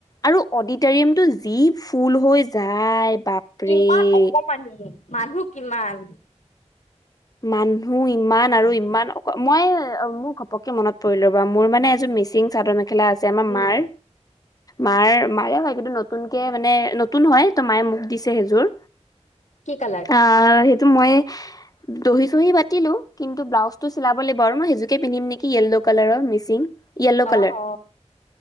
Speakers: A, on the left (about 30°); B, on the left (about 80°).
A: আৰু অডিটৰিয়ামটো যি ফুল হৈ যায় বাপৰে
B: ইমান অপমানেই মানুহ কিমান
A: মানুহ ইমান আৰু ইমান অ মই মোৰ ঘপকে মনত পৰিলো বা মোৰ মানে এযোৰ মিচিং চাদৰ মেখেলা আছে আমাৰ
B: উম
A: মাৰ মাৰ মাৰে হয় কিন্তু নতুনকে মানে নতুন হয় ত মায়ে মোক দিছে সেইযোৰ
B: কি কালাৰ
A: অ সেইটো মই দহি চহি মাতিলো কিন্তু ব্লউজ টো চিলাবলৈ বাৰ মইেইজোককেিন্ধিম নেকি কি য়্ল' কালাৰ মিচিং য়্ল'
B: অ
A: কালাৰ
B: অ